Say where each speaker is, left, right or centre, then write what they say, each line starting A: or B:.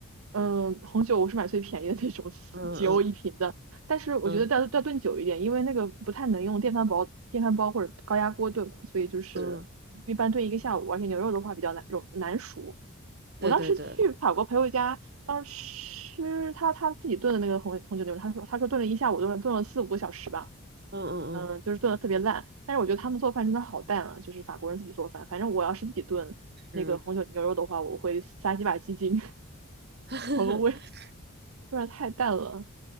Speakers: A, on the right (about 75°); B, on the right (about 50°).
A: 嗯、红酒我是买最便宜的那种，<laughs>
B: 嗯嗯
A: 几欧一瓶的。但是我觉得要要炖久一点，
B: 嗯
A: 因为那个不太能用电饭煲、电饭煲或者高压锅炖嘛，所以就是一般炖一个下午，
B: 嗯，
A: 而且牛肉的话比较难容难熟。我当时去法国朋友家，
B: 对对对，
A: 当时吃他他自己炖的那个红红酒牛肉，他说他说炖了一下午，炖了炖了四五个小时吧，
B: 嗯嗯嗯，
A: 嗯，就是炖的特别烂。但是我觉得他们做饭真的好淡啊，就是法国人自己做饭。反正我要是自己炖那个红酒牛肉的话，
B: 是。
A: 我会撒几把鸡精 <laughs>，
B: <laughs>
A: 调个味，不然太淡了。